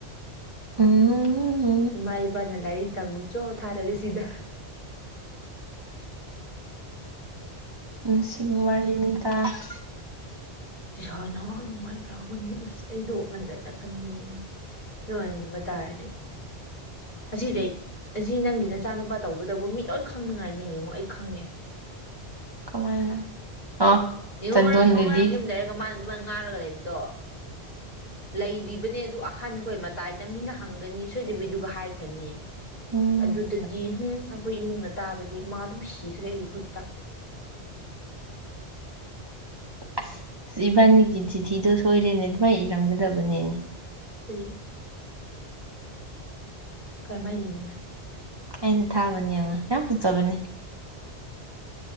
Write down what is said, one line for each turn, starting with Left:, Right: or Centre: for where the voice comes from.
Right: ꯎꯝ
Left: ꯏꯃꯥ ꯏꯄꯥꯅ ꯂꯥꯏꯔꯤꯛ ꯇꯝꯃꯨ ꯆꯣ ꯊꯥꯔꯒ ꯁꯤꯗ
Right: ꯅꯨꯡꯁꯤꯕꯋꯥꯔꯤꯅꯤꯗ <inaudible>
Left: ꯁꯅ ꯑꯗꯨꯃꯥꯏ ꯕꯔꯒꯅꯨ ꯑꯁ ꯑꯩꯗꯣ ꯎꯍꯟꯗꯗ ꯈꯟꯕꯅꯦ ꯅꯨꯡꯉꯥꯏꯒꯨꯝꯕ ꯇꯥꯔꯗꯤ ꯑꯁꯤꯗꯩ ꯑꯁꯤ ꯅꯪꯒꯤ ꯅꯆꯥꯅꯨꯄꯥ ꯇꯧꯕꯗꯕꯨ ꯃꯤ ꯂꯣꯏ ꯈꯪꯅꯤꯡꯉꯥꯏꯅꯤ ꯌꯦꯡꯉꯣ ꯑꯩ ꯈꯪꯉꯦ
Right: ꯀꯃꯥꯏꯅ ꯑꯣ
Left: ꯅꯤꯉꯣ
Right: ꯆꯟꯗꯣꯟ
Left: ꯉꯔꯥꯡꯁꯨ
Right: ꯕꯦꯕꯤ
Left: ꯃꯤꯒꯤ ꯌꯨꯝ ꯂꯩꯔꯒ ꯃꯥꯅ ꯑꯗꯨꯃꯥꯏꯅ ꯉꯥꯡꯔꯒ ꯂꯩꯕꯗꯣ ꯂꯩꯔꯤꯕꯅꯦ ꯑꯗꯨ ꯑꯍꯟꯈꯣꯏ ꯃꯇꯥꯏꯗ ꯃꯤꯅ ꯍꯪꯒꯅꯤ ꯁꯣꯏꯗꯕꯤꯗꯨꯒ ꯍꯥꯏꯈ꯭ꯔꯅꯤ
Right: ꯎꯝ
Left: ꯑꯗꯨꯗꯗꯤ ꯎꯝ ꯑꯩꯈꯣꯏ ꯏꯃꯨꯡꯅ ꯇꯥꯕꯗꯤ ꯃꯥ ꯑꯗꯨꯝ ꯁꯤꯈ꯭ꯔꯦ ꯑꯩꯒꯤ ꯈꯨꯠꯇ
Right: ꯑꯁ ꯏꯕꯥꯅꯤꯒꯤ ꯆꯤꯊꯤꯗꯣ ꯁꯣꯏꯔꯦꯅꯦ ꯑꯗꯨꯃꯥꯏꯅ ꯏꯔꯝꯒꯗꯕꯅꯦꯅꯦ
Left: ꯊ꯭ꯔꯤ ꯀꯔꯃ ꯍꯥꯢ ꯂꯦꯡꯒꯤꯅꯣꯍꯥꯢ
Right: ꯑꯩꯅ ꯊꯥꯕꯅꯦꯡꯉꯣ ꯌꯥꯝ ꯐꯖꯕꯅꯦ